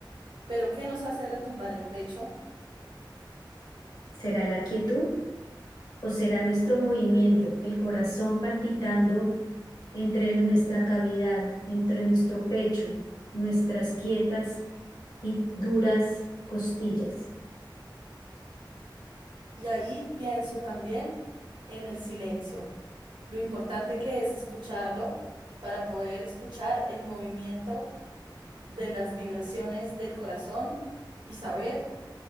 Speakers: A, on the right; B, on the left.
A: Pero ¿qué nos hace retumbar el pecho?
B: ¿Será la quietud o será nuestro movimiento, el corazón palpitando entre el- nuestra cavidad, entre nuestro pecho, nuestras quietas y duras costillas?
A: Y ahí pienso también en el silencio, lo importante que es escucharlo para poder escuchar el movimiento de las vibraciones del corazón y saber